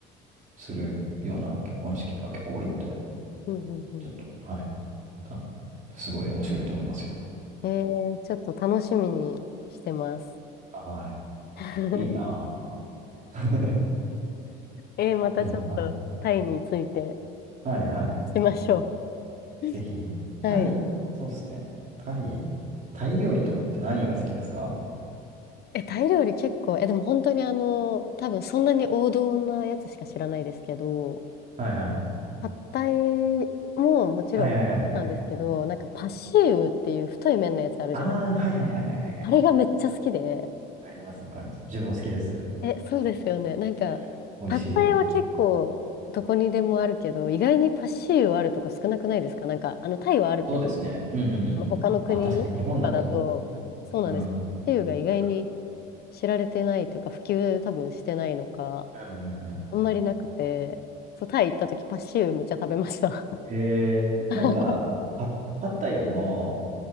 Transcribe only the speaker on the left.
うんうんうん
うん。ええちょっと楽しみにしてます。
<laughs>
えーまたちょっとタイについて
しましょう。<laughs>
はい。
え、タイ料理結構、え、でも本当にあの、多分そんなに王道なやつしか知らないですけど、
パッタイももちろんなんですけど、
なんかパシーウっていう太い麺のやつあるじゃない。
あれがめっちゃ好きで、
え、そうですよね。なんか、
パッタイは結構どこにでもあるけど、意外にパッシーユあるとこ少なくないですかなんか、あの、タイはあるけど、
他の国とかだと、
そうなんです。
パッシーユが意外に
知られてないというか、普及多分してないのか、
あんまりなくて、そう、タイ行った時パッシーユめっちゃ食べました。
<laughs>